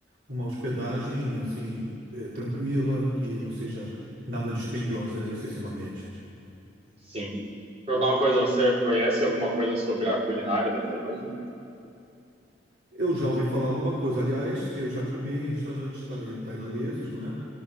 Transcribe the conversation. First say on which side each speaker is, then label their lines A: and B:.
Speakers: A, on the right; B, on the right.
A: uma hospedagem assim eh, tranquila, que não seja nada dispendiosa excessivamente.
B: Sim. Perguntar uma coisa, você conhece alguma coisa sobre a culinária da Tailândia?
A: Eu já ouvi falar alguma coisa, aliás, eu já comi em restaurantes tai- tailandeses, não é?